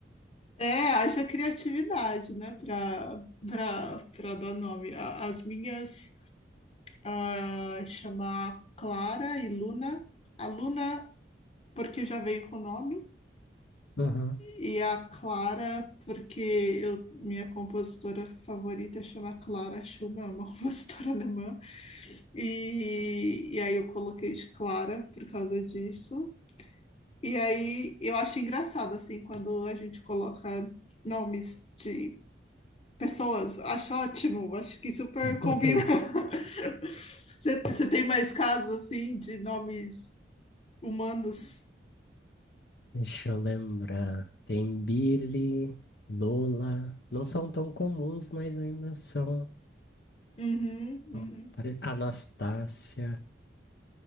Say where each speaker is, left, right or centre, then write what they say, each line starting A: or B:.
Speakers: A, on the left; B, on the left.
A: É, haja criatividade, né, para para para dar nome. A- As minhas ah, chamar Clara e Luna. A Luna, porque já veio com o nome,
B: Aham.
A: e a Clara, porque eu, minha compositora favorita chama Clara Schumann, é uma <laughs> compositora alemã, e, e aí eu coloquei de Clara por causa disso. E aí eu acho engraçado, assim, quando a gente coloca nomes de pessoas. Acho ótimo, acho que super
B: <laughs>
A: combina. <laughs> Você você tem mais casos, assim, de nomes humanos?
B: Deixa eu lembrar. Tem Billy, Lola. Não são tão comuns, mas ainda são.
A: Uhum, uhum.
B: Ó, pare- Anastácia.